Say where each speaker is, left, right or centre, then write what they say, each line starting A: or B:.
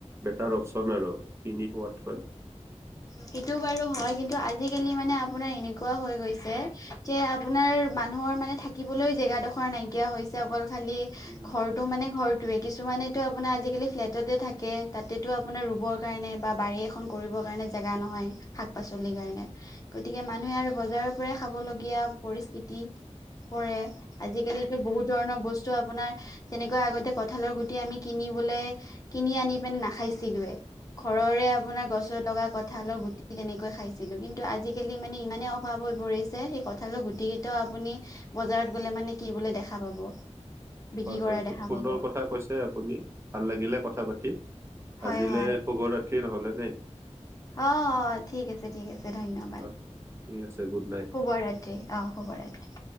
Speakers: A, on the right (about 20°); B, on the left (about 30°).
A: বেটাৰ অপচন আৰু কিনি খোৱাতকৈ।
B: সেইটো বাৰু হয়, কিন্তু আজিকালি মানে আপোনাৰ এনেকুৱা হৈ গৈছে যে আপোনাৰ মানুহৰ মানে থাকিবলৈ জেগাডখৰ নাইকিয়া হৈছে, অকল খালি
A: উম,
B: ঘৰ টো মানে ঘৰটোয়ে কিছুমানেটো আপোনাৰ আজিকালি ফ্লেটতে থাকে, তাতেতো আপোনাৰ ৰুবৰ কাৰণে বা বাৰী এখন কৰিব কাৰণে জেগা নহয়, শাক পাচলিৰ কাৰণে। গতিকে মানুহে আৰু বজাৰৰ পৰাই খাব লগীয়া পৰিস্থিতি পৰে আজিকালিতো বহুত ধৰণৰ বস্তু আপোনাৰ যেনেকুৱা আগতে কঠালৰ গুটি আমি কিনিবলে কিনি আনি পিনে নাখাইছিলোৱে। ঘৰৰে আপোনাৰ গছৰ লগা কঠ কঁঠালৰ গুটি তেনেকৈ খাইছিলোঁ কিন্তু আজিকালি মানে ইমানেই অভাৱ হৈ পৰিছে, সেই কঁঠালৰ গুটি ত' আপুনি বজাৰত গ'লে মানে কিবলে দেখা পাব। বিক্ৰী
A: হয় হয়
B: কৰা
A: খুব
B: দেখা
A: সুন্দৰ
B: পাব
A: কথা কৈছে আপুনি। ভাল লাগিলে কথা পাতি।
B: হয়
A: আজিলে
B: হয়
A: শুভ ৰাত্ৰি নহ'লে নে?
B: অঁ অঁ ঠিক আছে ঠিক আছে ধন্যবাদ
A: অ' ঠিক আছে গুড নাইট।
B: শুভ ৰাত্ৰি। অঁ শুভৰাতি।